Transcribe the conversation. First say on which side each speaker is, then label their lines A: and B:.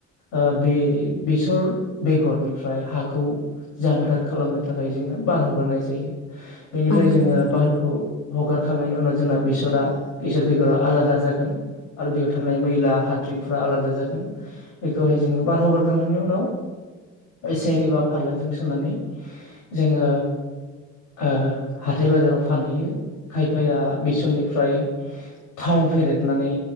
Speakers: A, on the left; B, on the left.
A: ओ बे बेसर बेगरनिफ्राय हाखौ जानगार खालामनो थाखाय जोङो बार हगारनाय जायो बेनिफ्राय
B: औ नंगौ
A: जोङो
B: नोंथां
A: बारखौ हगारखांनायनि उनाव जोंना बेसरा बेसर बेगरा आलादा जागोन। आरो बेयाव थानाय मैला हाद्रिफोरा आलादा जागोन बेखौहाय जोङो बारहगारखांनायनि उनाव सेर एबा फारलाजों सुनानै जोङो ओ हाथाय बाजाराव फानहैयो। खायफाया बेसननिफ्राय थाव फेरेदनानै